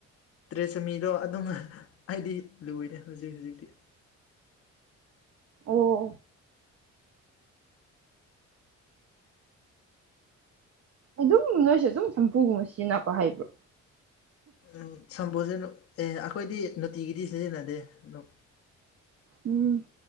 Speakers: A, on the left; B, on the right.
A: ꯇ꯭ꯔꯦ ꯆꯝꯃꯤꯗꯣ ꯑꯗꯨꯝ ꯑꯩꯗꯤ ꯂꯣꯏꯔꯦ ꯍꯧꯖꯤꯛ ꯍꯧꯖꯤꯛꯇꯤ
B: ꯑꯣ ꯑꯗꯨꯝ ꯅꯣꯏꯁꯨ ꯑꯗꯨꯝ ꯁꯝꯄꯨꯒꯨꯝꯕ ꯁꯤꯖꯤꯟꯅꯕ ꯍꯩꯕ꯭ꯔꯣ
A: ꯑꯝ ꯁꯝꯄꯨꯁꯦ ꯅꯨꯝ ꯑꯦ ꯑꯩꯈꯣꯏꯗꯤ ꯅꯨꯡꯇꯤꯒꯤꯗꯤ ꯁꯤꯖꯤꯟꯅꯗꯦ ꯅꯨꯝ
B: ꯎꯝ